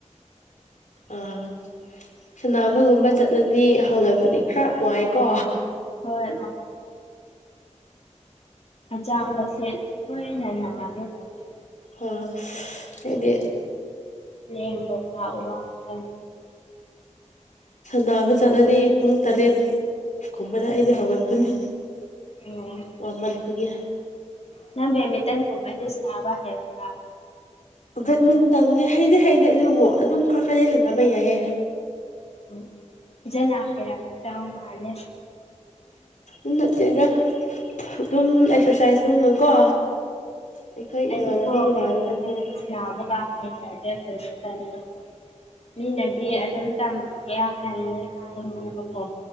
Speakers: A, on the left (about 75°); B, on the left (about 55°).
A: ꯑꯥ ꯁꯅꯕꯒꯨꯝꯕ ꯆꯠꯂꯗꯤ ꯍꯧꯒꯠꯕꯗꯤ ꯈꯔ ꯋꯥꯏꯀꯣ
B: ꯍꯣꯏ ꯍꯆꯥꯡꯒꯁꯦꯠ ꯍꯣꯏꯅ ꯅꯥꯔꯦ ꯇꯧꯋꯦ
A: ꯑ ꯍꯥꯏꯗꯤ
B: ꯂꯕ ꯊ ꯎ ꯋꯥ ꯆꯦ
A: ꯁꯥꯟꯅꯕ ꯆꯠꯂꯗꯤ ꯄꯨꯡ ꯇꯔꯦꯠ ꯀꯨꯝꯕꯗ ꯑꯩꯗꯤ ꯍꯧꯒꯠꯄꯅꯤ
B: ꯎꯝ
A: ꯋꯥꯃꯟꯕꯒꯤ
B: ꯅꯪ ꯕꯦꯗꯃꯤꯟꯇꯟꯒꯨꯝꯃꯗꯤꯁꯅꯥꯕ ꯍꯩꯕꯔꯥ
A: ꯕꯦꯠꯃꯤꯟꯇꯟꯗꯤ ꯍꯩꯗꯤ ꯍꯩꯗꯤ ꯑꯗꯨꯕꯨ ꯑꯗꯨꯝ ꯈꯔ ꯈꯔꯗꯤ ꯁꯥꯟꯅꯕ ꯌꯥꯏꯌꯦ
B: ꯎꯝ ꯖꯅ ꯍꯥꯏꯦꯔꯝꯗꯎ ꯃꯥꯂꯦ
A: ꯏꯅ ꯆꯠ ꯑꯗꯨꯝ ꯑꯦꯛꯁꯔꯁꯥꯏꯁꯒꯨꯝꯅꯀꯣ ꯑꯩꯈꯣꯏ
B: ꯑꯩꯗꯤ
A: ꯏꯃꯥꯟꯅꯕꯤ
B: ꯀꯣ
A: ꯏꯃꯥꯟꯅꯕꯁꯤꯡ
B: ꯀꯩꯅꯩꯅ ꯁꯅꯥꯕꯗ ꯐ ꯃꯤꯅꯗꯤ
A: ꯑꯥ
B: ꯑꯗꯨꯝ ꯇꯝꯒꯦ ꯍꯥꯏꯌꯦ ꯍꯥꯏꯔꯤꯅꯦꯕꯀꯣ